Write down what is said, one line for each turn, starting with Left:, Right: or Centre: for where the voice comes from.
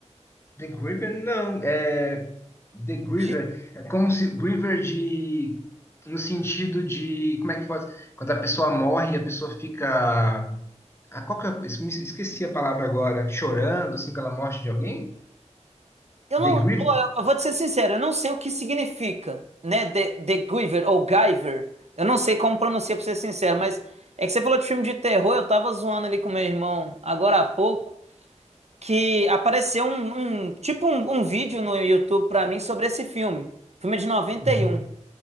Left: The Griever, não, é The Griever,
Right: De-
Left: é como se Griever de no sentido de como é que faz? Quando a pessoa morre, a pessoa fica ah, qual que é, esqueci a palavra agora, chorando assim pela morte de alguém?
Right: Eu
Left: The
Right: não,
Left: Grievous.
Right: ó, eu eu vou te ser sincero, eu não sei o que significa, né? The, The Giver ou Giver. Eu não sei como pronuncia, pra ser sincero, mas é que você falou de filme de terror, eu tava zoando ali com meu irmão agora há pouco. que apareceu um, um- tipo um, um vídeo no YouTube pra mim sobre esse filme. O filme é de noventa
Left: Uhum.
Right: e um